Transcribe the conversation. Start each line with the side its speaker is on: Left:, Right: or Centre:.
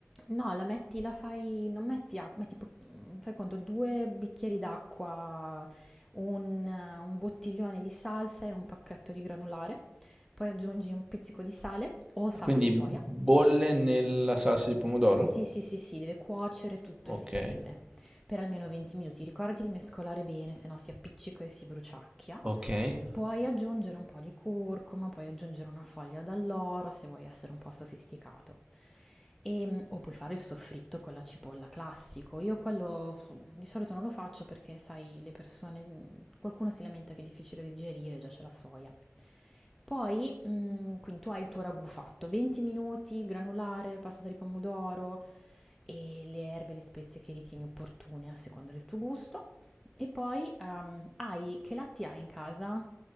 Centre: No, la metti, la fai, non metti acqua, metti, po- mm, fai conto, due bicchieri d'acqua, un, un bottiglione di salsa e un pacchetto di granulare, poi aggiungi un pizzico di sale o salsa
Right: Quindi
Centre: di soia,
Right: bolle nella salsa di pomodoro?
Centre: sì, sì, sì, sì, deve cuocere tutto
Right: Ok,
Centre: insieme per almeno 20 minuti. Ricordati di mescolare bene, se no si appiccica e si bruciacchia.
Right: ok.
Centre: Puoi aggiungere un po' di curcuma, puoi aggiungere una foglia d'alloro se vuoi essere un po' sofisticato. E- o puoi fare il soffritto con la cipolla classico. Io quello mm, di solito non lo faccio perché, sai, le persone, mm, qualcuno si lamenta che è difficile da digerire, già c'è la soia. Poi, mhmm, quindi tu hai il tuo ragù fatto, 20 minuti, granulare, passata di pomodoro e le erbe e le spezie che ritieni opportune a seconda del tuo gusto. E poi, ehm, hai che latte hai in casa?